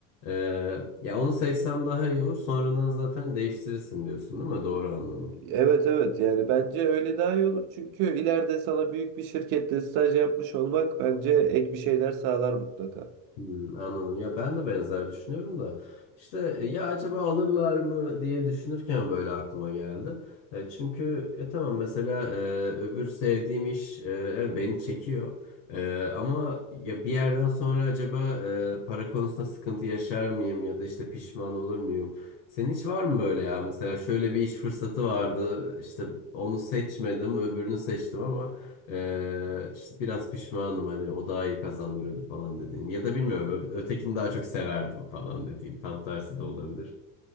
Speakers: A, on the left; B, on the right.
A: E, ya onu seçsem daha iyi olur. Sonradan zaten değiştirirsin diyorsun değil mi? Doğru anladım.
B: Evet evet yani bence öyle daha iyi olur. Çünkü ileride sana büyük bir şirkette staj yapmış olmak bence ek bir şeyler sağlar mutlaka.
A: Hmm, anladım. Ya ben de benzer düşünüyorum da işte e, ya acaba alırlar mı diye düşünürken böyle aklıma geldi. E, çünkü ya tamam mesela e, öbür sevdiğim iş e, evet beni çekiyor. E, ama ya bir yerden sonra acaba e, para konusunda sıkıntı yaşar mıyım ya da işte pişman olur muyum? Senin hiç var mı böyle ya? Mesela şöyle bir iş fırsatı vardı. işte onu seçmedim, öbürünü seçtim ama ee, işte biraz pişmanım hani o daha iyi kazandırıyordu falan dediğin. Ya da bilmiyorum ö- ötekini daha çok severdim falan dediğin. Tam tersi de olabilir.